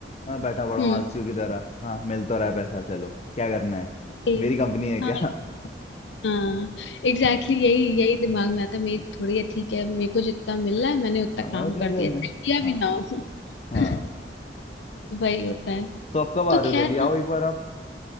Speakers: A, on the left; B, on the left.
A: मैं बैठा पड़ा
B: हम्म
A: हूँ आलसियों की तरह हाँ मिल तो रहा है पैसा चलो क्या करना है
B: यही,
A: मेरी कंपनी है क्या
B: हाँ
A: <laughs>
B: हाँ एग्जैक्टली
A: हाँ
B: exactly यही यही दिमाग
A: हाँ
B: में आता है मेरी थोड़ी है ठीक है मेरे को जितना मिल रहा है मैंने उतना
A: हाँ,
B: काम
A: मैं उतना
B: कर
A: ही करना
B: दिया चाहे
A: है
B: किया
A: हाँ
B: भी ना हो
A: हाँ
B: <laughs> वही होता है
A: तो आप कब आ
B: तो
A: रहे
B: खैर
A: हो दिल्ली आओ एक बार आप